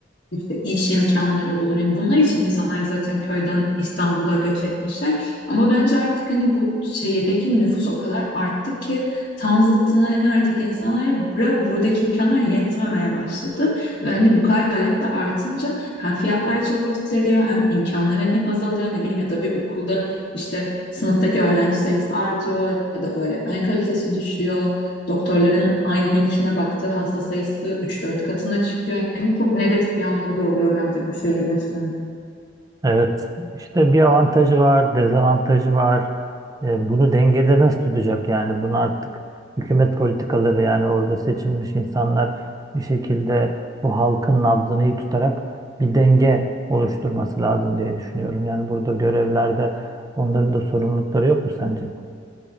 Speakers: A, on the left; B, on the right.
A: işte iş imkanları olur. Yani bunlar için insanlar zaten köyden İstanbul'a göç etmişler. Ama bence artık hani bu şehirdeki nüfus o kadar arttı ki tam zıttına hani artık insanlara bura, buradaki imkanlar yetmemeye başladı. Ve hani bu kadar talep de artınca hem fiyatlar çok yükseliyor hem imkanlar hani azalıyor ne bileyim ya da bir okulda işte sınıftaki öğrenci sayısı artıyor ya da öğretmen kalitesi düşüyor. Doktorların aynı gün içine baktığı hasta sayısı 3-4 katına çıkıyor. Yani çok negatif yanları da oluyor bence bu şehirleşmenin.
B: Evet, işte bir avantajı var, dezavantajı var. E, bunu dengede nasıl tutacak yani? Bunu artık hükümet politikaları yani orada seçilmiş insanlar bir şekilde bu halkın nabzını iyi tutarak bir denge oluşturması lazım diye düşünüyorum. Yani burada görevlerde onların da sorumlulukları yok mu sence?